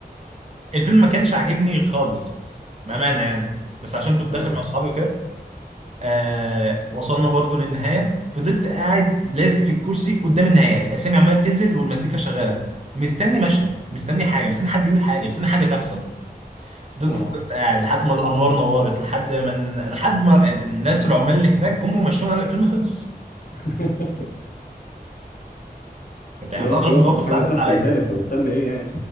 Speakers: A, on the right; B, on the left.
A: الفيلم ما كانش عاجبني خالص بأمانة يعني بس عشان كنت داخل
B: اه
A: مع اصحابي وكده آه وصلنا برضو للنهاية فضلت قاعد لازق في الكرسي قدام النهاية الأسامي عمالة بتنزل والمزيكا شغالة مستني مشهد مستني حاجة مستني حد يقول حاجة مستني حاجة تحصل فضلت
B: اه
A: فضلت قاعد لحد ما الأنوار نورت لحد ما لحد ما الناس العمال اللي هناك جم ومشونا قال الفيلم خلص
B: <laughs>
A: كانت يعني
B: اللي
A: من
B: هو
A: أغرب
B: خلاص
A: المواقف
B: مفيش حاجه
A: اللي عدت
B: هتحصل
A: عليا
B: تاني انت مستني ايه يعني